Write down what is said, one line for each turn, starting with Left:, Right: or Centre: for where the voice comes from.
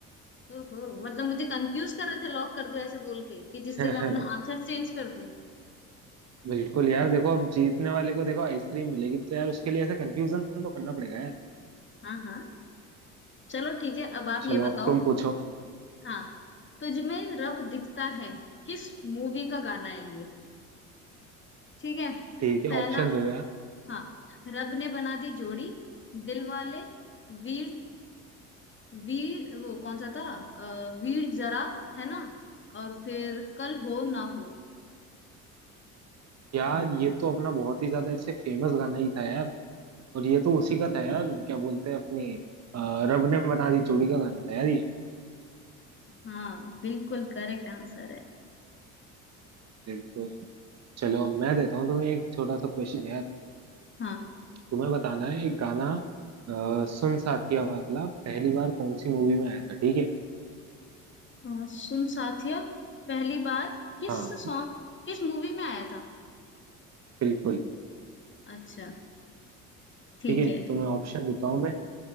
Left: ओहो मतलब मुझे कंफ्यूज कर रहे थे लॉक कर दो ऐसे बोल के कि जिससे
Right: गाना
Left: मैं अपना
Right: <laughs>
Left: आंसर चेंज कर दूं
Right: बिल्कुल यार देखो अब जीतने वाले को देखो आइसक्रीम मिलेगी तो यार उसके लिए ऐसे कंफ्यूजन तो करना पड़ेगा यार
Left: हाँ हाँ चलो ठीक है अब आप
Right: चलो
Left: ये बताओ
Right: अब तुम पूछो
Left: हाँ तुझमें रब दिखता है किस मूवी का गाना है ये ठीक है
Right: ठीक है
Left: पहला
Right: ऑप्शन दे दो यार
Left: हाँ रब ने बना दी जोड़ी दिल वाले वीर वीर वो कौन सा था अ, वीर जरा है ना और फिर कल हो ना हो
Right: यार ये तो अपना बहुत ही ज्यादा ऐसे फेमस गाना ही था यार और ये तो उसी का था यार क्या बोलते हैं अपनी अ, रब ने बना दी जोड़ी का गाना था यार ये
Left: हाँ बिल्कुल करेक्ट आंसर है
Right: बिल्कुल चलो अब मैं देता हूँ तुम्हें एक छोटा सा क्वेश्चन यार
Left: हाँ
Right: तुम्हें बताना है एक गाना अ, सुन साथिया वाला पहली बार कौन सी मूवी में आया था ठीक है
Left: अ, सुन साथिया पहली बार किस
Right: हाँ
Left: सॉन्ग किस मूवी में आया था
Right: बिल्कुल
Left: अच्छा ठीक
Right: ठीक है
Left: है
Right: तुम्हें ऑप्शन देता हूँ मैं